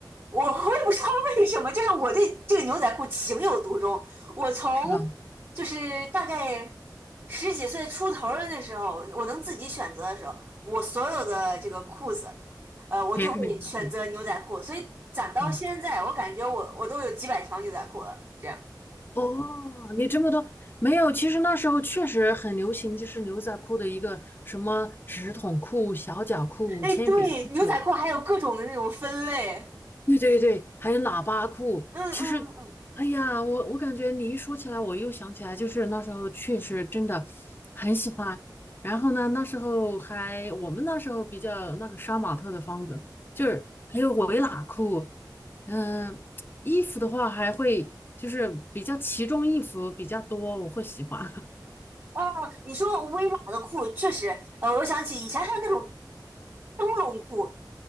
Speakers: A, on the right; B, on the left.
A: 我我也不知道为什么，就是我对这个牛仔裤情有独钟。我从
B: 是吧？
A: 就是大概十几岁出头儿的那时候，我能自己选择的时候，我所有的这个裤子，呃，我就会选择牛仔裤。
B: 全是牛仔裤
A: 所以攒到现在，
B: 啊。
A: 我感觉我我都有几百条牛仔裤了。这样，
B: 哦，你这么多没有？其实那时候确实很流行，就是牛仔裤的一个什么直筒裤、小脚裤、
A: 哎，
B: 铅笔裤。
A: 对，牛仔裤还有各种的那种分类。
B: 对对对，还有喇叭裤。
A: 嗯嗯嗯，
B: 其实，哎呀，我我感觉你一说起来，我又想起来，就是那时候确实真的很喜欢。然后呢，那时候还我们那时候比较那个杀马特的风格，就是还有围喇裤。嗯，衣服的话还会就是比较其中异服比较多，我会喜欢
A: 哦，你说微喇的裤确实，呃，我想起以前还有那种灯笼裤，